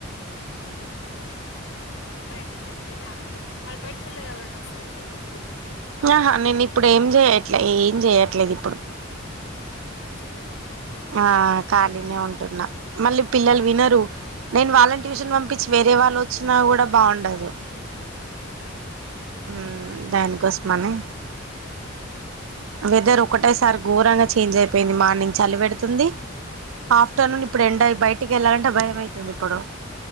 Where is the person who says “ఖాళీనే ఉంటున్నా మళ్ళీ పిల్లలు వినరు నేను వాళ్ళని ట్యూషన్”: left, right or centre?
Right